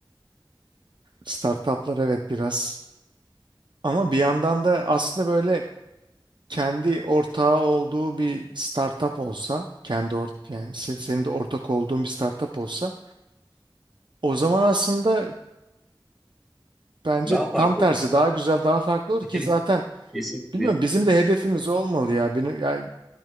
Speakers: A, on the right; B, in the centre.
A: Startuplar evet biraz. Ama bir yandan da aslında böyle kendi ortağı olduğu bir startup olsa, kendi ort yani se- senin de ortak olduğun bir startup olsa, o zaman aslında bence
B: Daha farklı
A: tam tersi
B: olur.
A: daha güzel, daha farklı olur
B: <laughs>
A: ki zaten
B: Kesinlikle.
A: bilmiyorum bizim de hedefimiz o olmalı ya. Bir, ya